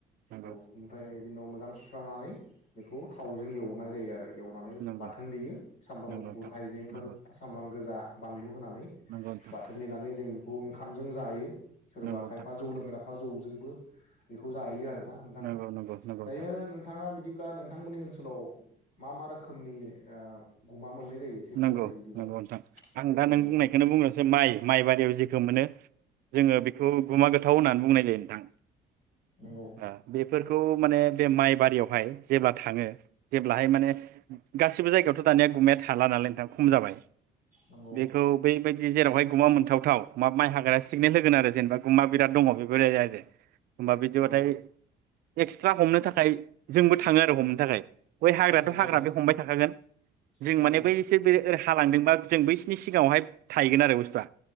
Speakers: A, on the right; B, on the left.
A: नंगौ
B: औ ओमफ्राय बिनि उनाव मोजां सुस्रानानै बेखौ थावजों एवनाय जायो आरो। एवनानै
A: नंगौ नोंथां औ नंगौ नोंथां नंगौ
B: बाथोन देयो सामब्राम
A: नंगौ
B: गुफुर
A: नोंथां
B: हाइजेंफोर
A: नंगौ
B: सामब्राम गोजा बानलु होनानै
A: नंगौ नंगौ नोंथां
B: बाथोन देनानै जों बे खौ ओंखामजों जायो। सोरबा
A: नंगौ नोंथां
B: खायफा जौ लोंग्रा बा जौजोंबो बेखौ जायो आरो। ना नोंथां
A: नंगौ नंगौ नंगौ
B: दायो
A: नोंथां
B: नोंथाङा बिदि ब्ला नोंथांमोननि ओनोलाव मा मा रोखोमनि ओ गुमा मोननाय जायो एसे फोरमायदो
A: नोंगौ
B: बिदिबा
A: नोंगौ नोंथां आं दा
B: नंगौ
A: नों बुंनायखोनो बुंनोसै माइ माइबारियाव जिखो मोनो जोङो बेखौ गुमा गो थाव होननानै बुंनाय जायो नोंथां।
B: नंगौ
A: ओ बेफोरखौ माने बे माइ बारियावहाय जेब्ला थाङो जेब्लाहाय माने गासिबो जायगायावथ' दानिया गुमाया थाला नालाय नोंथां खम जाबाय
B: नंगौ
A: बेखौ बैबायदि जेरावहाय गुमा मोनथावथाव मा माइ हाग्राया सिगनेेल होगोन आरो जेनेबा गुमा बिराद दङ बे <unintelligible> होमबा बैदिबाथाय
B: औ
A: एक्सट्रा हमनो थाखाय जोंबो थाङो आरो हमनो थाखाय। बै हाग्राथ'
B: नंगौ
A: हाग्रा बे हमबाय थाखागोन जों
B: नंगौ
A: माने बैसो बे ओ थालांदोंबा जों बैसिनि सिगाङावहाय थाहैगोन आरो बुस्थुआ।